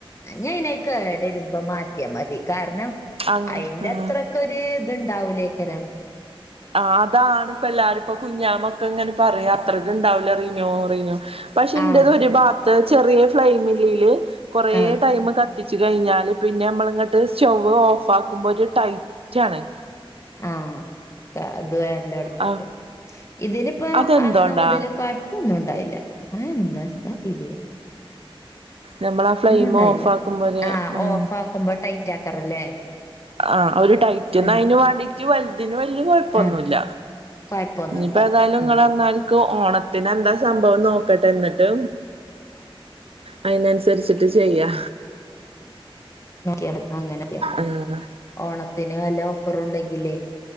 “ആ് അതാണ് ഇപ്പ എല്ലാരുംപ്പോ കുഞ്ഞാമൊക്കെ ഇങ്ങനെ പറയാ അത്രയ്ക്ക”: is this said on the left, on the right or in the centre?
Right